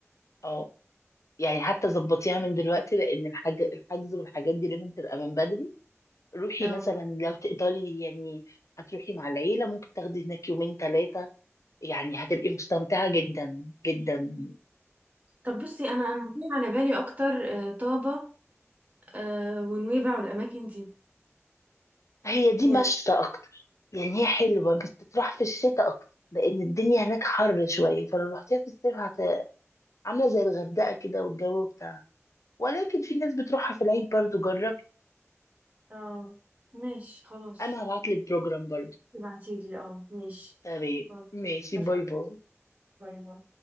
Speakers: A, on the left; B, on the right.
A: اه يعني حتى ظبطيها من دلوقتي لان الحاج... الحجز والحاجات دي لازم تبقى من بدري روحي
B: اه
A: مثلا لو تقدري يعني هتروحي مع العيلة ممكن تاخدي هناك يومين ثلاثة يعني هتبقي مستمتعة جدا جدا
B: طب بصي انا انا جه على بالي اكتر آه، طابه آه، ونويبع والاماكن دي
A: هي دي
B: يعني
A: مشتى اكتر يعني هي حلوه بس تروح في الشتاء اكتر لان الدنيا هناك حر شويه فلو رحتيها في الصيف هت... عامله زي الغردقه كده والجو بتاعها ولكن في ناس بتروحها في العيد برضو جربي
B: اه ماشي خلاص
A: انا هبعت لك بروجرام برضو
B: ابعتيلي اه ماشي
A: تمام
B: خلاص
A: ماشي
B: اتفقنا
A: باي باي
B: باي باي.